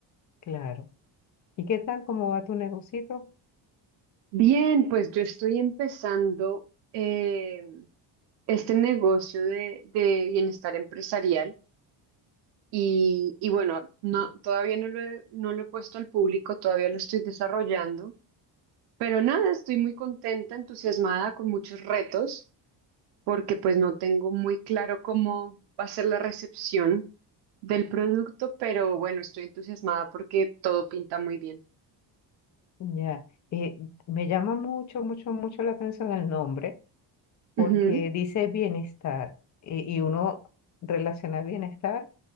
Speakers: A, on the left (about 40°); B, on the right (about 60°).
A: claro. ¿Y qué tal? ¿Cómo va tu negocito?
B: Bien, pues yo estoy empezando eh, este negocio de, de bienestar empresarial. Y, y bueno, no, todavía no lo he, no lo he puesto al público, todavía lo estoy desarrollando, pero nada, estoy muy contenta, entusiasmada, con muchos retos, porque pues no tengo muy claro cómo va a ser la recepción del producto, pero bueno, estoy entusiasmada porque todo pinta muy bien.
A: Ya, eh, me llama mucho, mucho, mucho la atención el nombre porque
B: Ujú,
A: dice bienestar eh, y uno relaciona bienestar